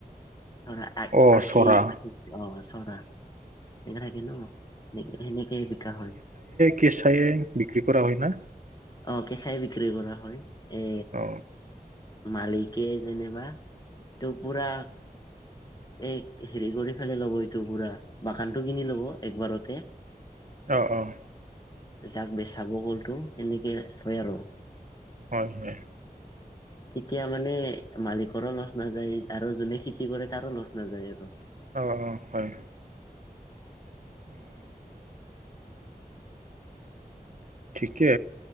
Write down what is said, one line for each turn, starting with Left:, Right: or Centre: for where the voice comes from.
Left: চৰা
Right: অ
Left: আখি
Right: চৰা
Left: অঁ, চৰা এক থাকে ন। সেনে সেনেকেই বিকা হয়।
Right: কেচাইে বিক্ৰী কৰা হয় ন?
Left: অঁ, কেঁচাই বিক্ৰী কৰা হয়, এ
Right: অ
Left: মালিকে যেনিবা, টো পুৰা এ হেৰি কৰি ফালি ল'ব এইটো পুৰা বাগানটো কিনি ল'ব একবাৰতে। <inaudible>
Right: অঁ অঁ
Left: যাক বেচাব গলতো এনেকে হয় আৰু।
Right: হয় হয়
Left: তেতিয়া মানে মালিকৰো লচ নাযায় আৰু যোনে কি কৰে তাৰো লচ নাযায় আৰু।
Right: অঁ অঁ হয়। উম, উম। ঠিকে,